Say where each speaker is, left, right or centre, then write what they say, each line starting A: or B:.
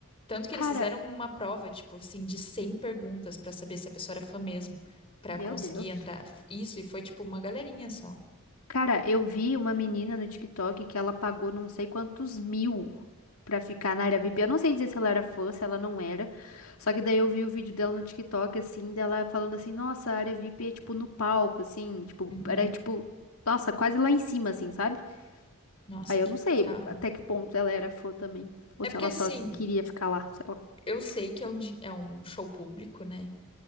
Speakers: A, on the left; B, on the left.
A: Tanto que
B: Cara,
A: eles fizeram uma prova, tipo assim, de 100 perguntas para saber se a pessoa era fã mesmo, para
B: meu
A: conseguir
B: Deus.
A: entrar. Isso, e foi tipo uma galerinha só.
B: Cara, eu vi uma menina no TikTok que ela pagou não sei quantos mil pra ficar na área VIP. Eu não sei dizer se ela era fã, se ela não era. Só que daí eu vi o vídeo dela no TikTok, assim, dela falando assim, nossa, a área VIP é tipo no palco, assim, tipo,
A: Uhum.
B: era tipo, nossa, quase lá em cima, assim, sabe?
A: Nossa,
B: Aí
A: que
B: eu não sei
A: bizarro.
B: até que ponto ela era fã também. Ou
A: É
B: se
A: porque
B: ela
A: assim,
B: só queria ficar lá, sei lá.
A: eu sei que é um, di- é um show público, né?